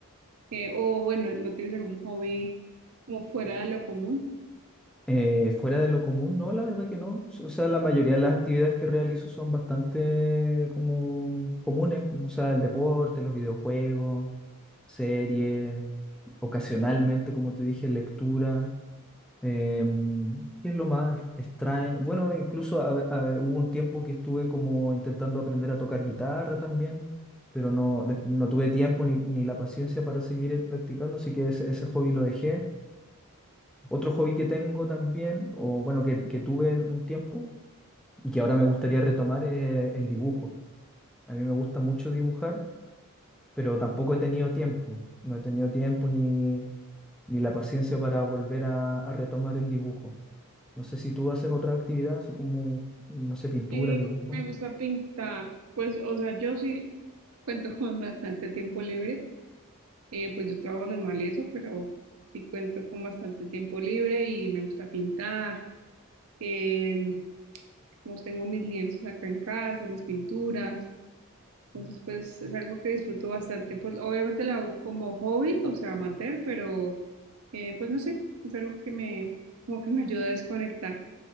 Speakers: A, on the right; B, in the centre.
A: eh, o bueno, ¿no tienes algún hobby como fuera de lo común?
B: Eh, fuera de lo común, no, la verdad que no. O sea, la mayoría de las actividades que realizo son bastante como comunes, o sea, el deporte, los videojuegos, series, ocasionalmente, como te dije, lectura. Em, ¿qué es lo más extraño? Bueno, incluso a ve- a- hubo un tiempo que estuve como intentando aprender a tocar guitarra también, pero no, des- no tuve tiempo ni, ni la paciencia para seguir eh, practicando, así que ese, ese hobby lo dejé. Otro hobby que tengo también, o bueno, que, que tuve en un tiempo y que ahora me gustaría retomar es el dibujo. A mí me gusta mucho dibujar, pero tampoco he tenido tiempo. No he tenido tiempo ni, ni la paciencia para volver a a retomar el dibujo. No sé si tú haces otra actividad, así como, no sé, pintura,
A: Sí,
B: dibujo.
A: me gusta pintar. Pues, o sea, yo sí cuento <laughs> con bastante tiempo libre. Eh, pues yo trabajo normal y eso, pero sí cuento con bastante tiempo libre y me gusta pintar. Em, pues tengo mis lienzos acá en casa, mis pinturas. Entonces, pues es algo que disfruto bastante. Pues obviamente lo hago como hobby, o sea, amateur, pero eh, pues no sé, es algo que me, como que me ayuda a desconectar,